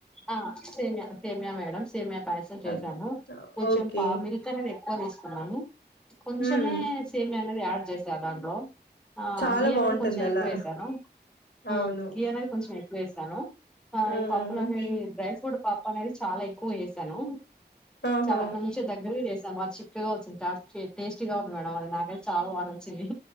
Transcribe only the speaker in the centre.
ఆహ్ సే సేమియా మేడం సేమియా పాయసం. చేశాను
కొంచెం
పావిడి కలర్ ఎక్కువ వేసాను కొంచెమే
సేమియా అనేది యాడ్ చేసా దాంట్లో ఆ
గీ
అనేది కొంచెం ఎక్కువ
వేసాను ఉ
గీ అనేది కొంచెం ఎక్కు వేసాను ఆ
ఈ పప్పులన్నీ డ్రై ఫ్రూట్ పప్పు అనేది చాలా ఎక్కువ వేసాను
చాలా మంచిగా దగ్గరిది బా చిక్కగా వచ్చింది టేస్టీగా ఉంది మేడం అది నాకైతే చాలా బాగా నచ్చింది